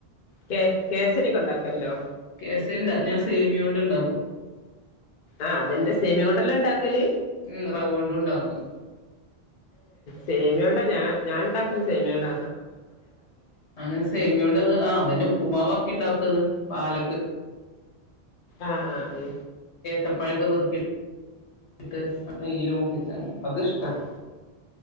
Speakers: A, on the left; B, on the left.
A: കേ കേസരിൊക്കെ ഉണ്ടാക്കല്ലോ
B: കേസ ഇണ്ടാ ഞാൻ സേമിയോണ്ട് ഇണ്ടാക്കും
A: ആഹ് അതന്നെ സേമിിക കൊണ്ടല്ലാം ഉണ്ടാക്കല്
B: ഉം റവ കൊണ്ട ഉണ്ടാക്കും
A: സേമേണ്ട ഞാ ഞാൻണ്ടാക്കില്ല സേമേണ്ട
B: അന സേമിയോണ്ടത് ആ അതന്നെ ഉപ്പുമാവക്കെ ഉണ്ടാക്കത് പാല
A: ആഹ് ആ്
B: തപ്പഴൊക്കെ നിർത്തി ട്ട് നെയൽ മുപ്പിച്ച അത്ഷ്ട
A: ആഹ്